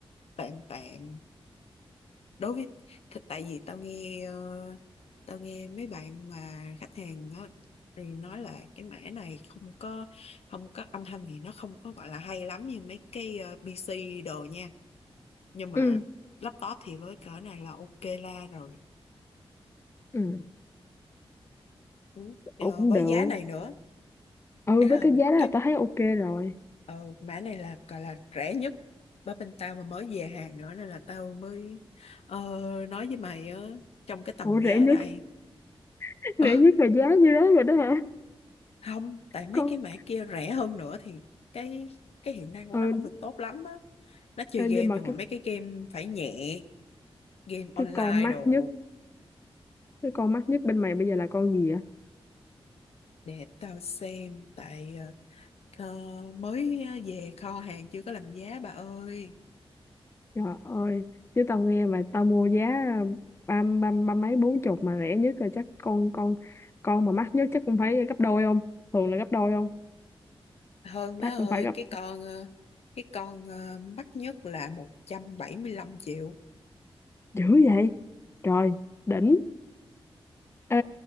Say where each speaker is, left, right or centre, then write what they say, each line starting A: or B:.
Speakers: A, on the left; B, on the left.
A: tạm tạm đối với th- tại vì tao nghe ờ, tao nghe mấy bạn mà khách hàng đó thì nói là cái mẻ này không có không có âm thanh thì nó không có gọi là hay lắm như mấy cái ờ, PC đồ nha nhưng mà
B: Ừ,
A: laptop thì với cỡ này là ok la rồi
B: ừ,
A: Ừ. Ờ,
B: ồ, cũng
A: với
B: được.
A: giá này nữa
B: Ừ,
A: ấy là
B: với cái giá đó
A: cái
B: là tao thấy ok rồi.
A: ờ, mã này là gọi là rẻ nhất bởi bên tao mà mới về hàng nữa nên là tao mới ờ, nói với mày á, trong cái tầm
B: Ủa
A: giá
B: rẻ nhất,
A: đây
B: <laughs>
A: Ờ,
B: rẻ nhất là giá như đó rồi đó hả?
A: không tại mấy
B: Con
A: cái mã kia rẻ hơn nữa thì cái cái hiệu năng của
B: ừ
A: nó không được tốt lắm á nó chơi
B: Ê,
A: game
B: nhưng mà
A: nhưng
B: cái
A: mà mấy cái game phải nhẹ game
B: cái
A: online
B: con mắc
A: đồ
B: nhất cái con mắc nhất bên mày bây giờ là con gì vậy
A: để tao xem tại ờ, kho- mới ờ, về kho hàng chưa có làm giá bà ơi
B: trời ơi chứ tao nghe mà tao mua giá ba ba ba mấy bốn chục mà rẻ nhất rồi chắc con con con mà mắc nhất chắc cũng phải gấp đôi không thường là gấp đôi không
A: hơn
B: chắc
A: má ơi
B: cũng phải gấp
A: cái con ờ, cái con ờ, mắc nhất là một trăm bảy mươi lăm triệu
B: dữ vậy trời đỉnh ê